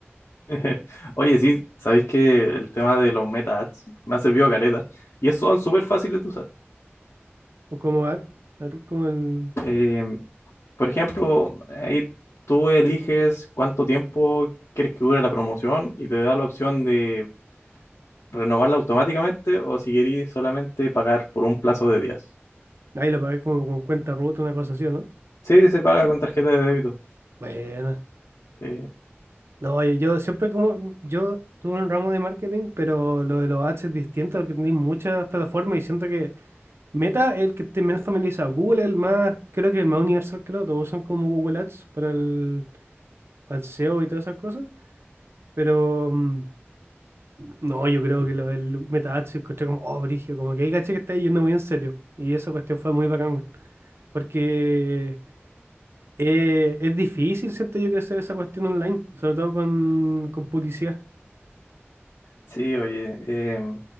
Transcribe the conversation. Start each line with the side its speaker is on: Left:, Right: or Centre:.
Left: <laughs> Oye, sí, sabéis que el tema de los meta ads me ha servido caleta y es- son súper fáciles de usar.
Right: O como, a ver, a ver, como el.
Left: Eh, Por ejemplo, ahí tú eliges cuánto tiempo quieres que dure la promoción y te da la opción de renovarla automáticamente o si querís solamente pagar por un plazo de días.
Right: Ahí lo pagué como con cuenta rota, una cosa así, ¿o ¿no?
Left: Sí, se paga con tarjeta de débito.
Right: Bueno.
Left: Sí,
Right: No, yo, yo siempre como, yo tuve un ramo de marketing, pero lo de los ads es distinto porque tenéis muchas plataformas y siento que Meta es el que esté menos familiarizado. Google es el más, creo que el más universal que lo, todos usan como Google Ads para el, para el SEO y todas esas cosas. Pero mm, no, yo creo que lo del Meta Ads yo encontré como, oh, brígido, como que hay caché que está yendo muy en serio. Y esa cuestión fue muy bacán, weón, porque eh, es difícil, siento yo, crecer esa cuestión online, sobre todo con, con publicidad.
Left: sí, oye, eh,